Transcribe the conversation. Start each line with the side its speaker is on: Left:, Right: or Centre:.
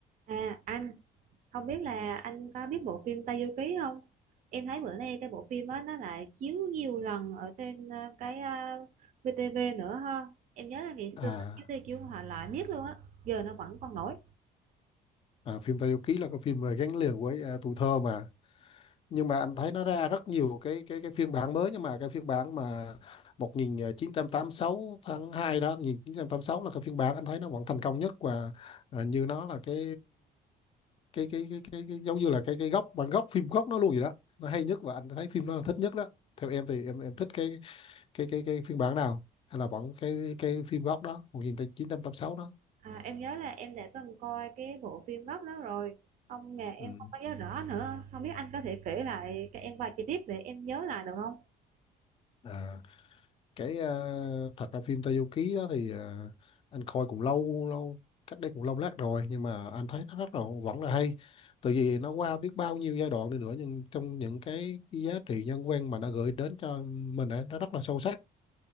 Right: À anh không biết là anh có biết bộ phim Tây Du Ký không? Em thấy bữa nay cái bộ phim đó nó lại chiếu nhiều lần ở trên ờ, cái ờ, VTV nữa ha. Em nhớ là ngày
Left: À,
Right: xưa nó chiếu Tây chiếu họ lại miết luôn á, giờ nó vẫn còn nổi.
Left: à phim Tây Du Ký là cái phim mà gắn liền với à, tuổi thơ mà nhưng mà anh thấy nó ra rất nhiều cái cái cái phiên bản mới nhưng mà cái phiên bản mà một nghìn à, chín trăm tám mươi sáu tháng 2 đó 1986 là cái phiên bản anh thấy nó vẫn thành công nhất và à, như nó là cái cái cái cái cái, cái giống như là cái cái gốc bản gốc phim gốc nó luôn vậy đó nó hay nhất và anh thấy phim nó là thích nhất đó theo em thì em em thích cái cái cái cái phiên bản nào hay là vẫn cái cái phim gốc đó 1986 đó
Right: À, em nhớ là em đã từng coi cái bộ phim gốc đó rồi. Không mà em
Left: ừ.
Right: không có nhớ rõ nữa. Không biết anh có thể kể lại cho em vài chi tiết để em nhớ lại được không?
Left: À. cái ờ, thật ra phim Tayuki đó thì ờ, anh coi cũng lâu lâu cách đây cũng lâu lát rồi nhưng mà anh thấy nó rất là vẫn là hay từ vì nó qua biết bao nhiêu giai đoạn đi nữa nhưng trong những cái, cái giá trị nhân văn mà nó gửi đến cho mình ấy, nó rất là sâu sắc